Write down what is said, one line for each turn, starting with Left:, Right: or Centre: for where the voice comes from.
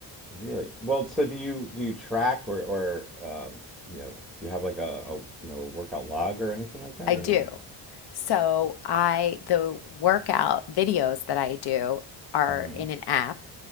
Centre: Really? Well, so do you do you track or or um, you know do you have like a, a you know a workout log or anything like that
Left: I
Centre: or
Left: do.
Centre: no?
Left: So I the workout videos that I do are
Centre: mm hmm
Left: in an app,